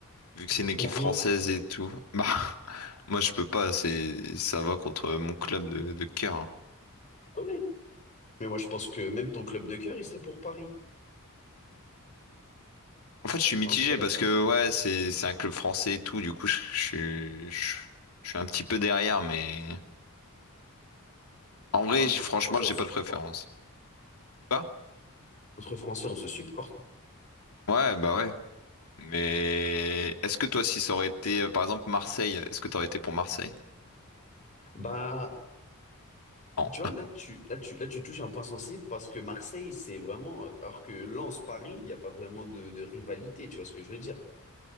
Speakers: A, on the left; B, on the left.
A: vu que c'est une équipe
B: Pourquoi?
A: française et tout, bah <laughs> moi je peux pas, c'est ça va contre mon club de de cœur. hein.
B: Ah ouais. Mais moi, je pense que même ton club de cœur, il serait pour Paris.
A: En fait, je suis mitigé
B: Non, t'es pas d'accord?
A: parce que ouais, c'est c'est un club français et tout. Du coup, je, je suis je, je suis un petit peu derrière, mais en vrai,
B: Normalement,
A: je-
B: entre
A: franchement,
B: Français,
A: j'ai
B: on se
A: pas
B: supporte.
A: de préférence. Pas?
B: entre Français, on se supporte.
A: Ouais, bah ouais. Mais est-ce que toi, si ça aurait été, euh, par exemple, Marseille, est-ce que t'aurais été pour Marseille?
B: Bah,
A: Non.
B: tu vois, là, tu, là, tu, là, tu touches un point sensible parce que Marseille, c'est vraiment. euh, Alors que Lens, Paris, il n'y a pas vraiment de, de rivalité, tu vois ce que je veux dire?